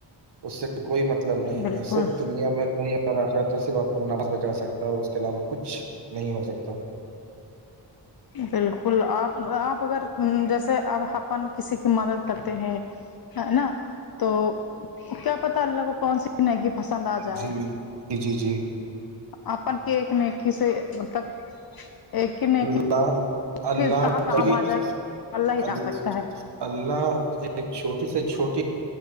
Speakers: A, on the right; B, on the left.
A: اس سے کوئی مطلب نہیں
B: بالکل
A: ہے صرف دنیا میں د ر آخرات میں صرف آپ کو نس بچا سکتا ہے اور اس کے علاوہ کچھ نہیں ہو سکتا
B: بالکل آپ آپ اگر جیسے اپ اپن کسی کی مدد کرتے ہیں ہے نا تو کیا پتا اللہ کو کون سی میگی پسند آ جائے
A: جی جی جی
B: اپن کے ایک نیکی سے مطلب ایک ہی نیکی
A: اللہ اللہ
B: کس کہاں کام
A: کای
B: آ جائے اللہ ہی جان
A: ال
B: سکتا ہے
A: اللہ ایک چھوٹی سے چھوٹی